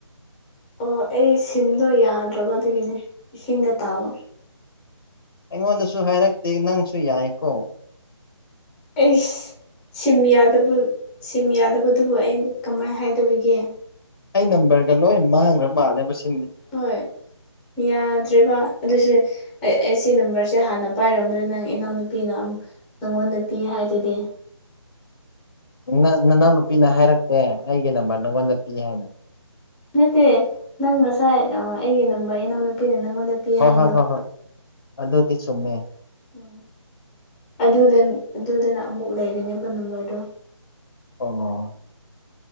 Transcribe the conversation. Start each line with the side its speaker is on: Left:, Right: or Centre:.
Centre: ꯑꯣ ꯑꯩ ꯁꯤꯝꯗꯣ ꯌꯥꯗ꯭ꯔꯕ ꯑꯗꯨꯒꯤꯅꯦ ꯏꯁꯤꯡꯗ ꯇꯥꯕ
Left: ꯑꯩꯉꯣꯟꯗꯁꯨ ꯍꯥꯏꯔꯛꯇꯦ ꯅꯪꯁꯨ ꯌꯥꯏꯀꯣ
Centre: ꯑꯦꯁ ꯁꯤꯝ ꯌꯥꯗꯕ ꯁꯤꯝ ꯌꯥꯗꯕꯗꯨꯕꯨ ꯑꯩ ꯀꯃꯥꯏꯅ ꯍꯥꯏꯗꯧꯔꯤꯒꯦ
Left: ꯑꯩ ꯅꯝꯕꯔꯒ ꯂꯣꯏ ꯃꯥꯡꯈ꯭ꯔ ꯃꯥꯜꯂꯦ ꯃꯁꯤ
Centre: ꯍꯣꯏ ꯌꯥꯗ꯭ꯔꯦꯕ ꯑꯗꯨꯁꯨ ꯑꯩ ꯑꯩ ꯁꯤ ꯅꯝꯕꯔꯁꯦ ꯍꯥꯟꯅ ꯄꯥꯏꯔꯝꯝꯕꯅꯤ ꯅꯪ ꯏꯅꯥꯎꯅꯨꯄꯤꯅꯛ ꯅꯪꯉꯣꯟꯗ ꯄꯤ ꯍꯥꯏꯗꯨꯗꯤ
Left: ꯅ ꯅꯅꯥꯎ ꯅꯨꯄꯤꯅ ꯍꯥꯏꯔꯛꯇꯦ ꯑꯩꯒꯤ ꯅꯝꯕꯔ ꯅꯪꯉꯣꯟꯗ ꯄꯤ ꯍꯥꯏꯅ
Centre: ꯅꯠꯇꯦ ꯅꯪ ꯉꯁꯥꯏ ꯑꯩꯒꯤ ꯅꯝꯕꯔ ꯏꯅꯥꯎꯅꯨꯄꯤꯅ ꯅꯪꯉꯣꯟꯗ ꯄꯤ
Left: ꯍꯣꯏ
Centre: ꯍꯥꯏꯗꯣ
Left: ꯍꯣꯏ ꯍꯣꯏ ꯍꯣꯏ ꯑꯗꯨꯗꯤ ꯆꯨꯝꯃꯦ
Centre: ꯎ ꯑꯗꯨꯗ ꯑꯗꯨꯗꯅ ꯑꯃꯨꯛ ꯂꯩꯔꯤꯅꯦꯕ ꯅꯝꯕꯔꯗꯣ
Left: ꯑꯣ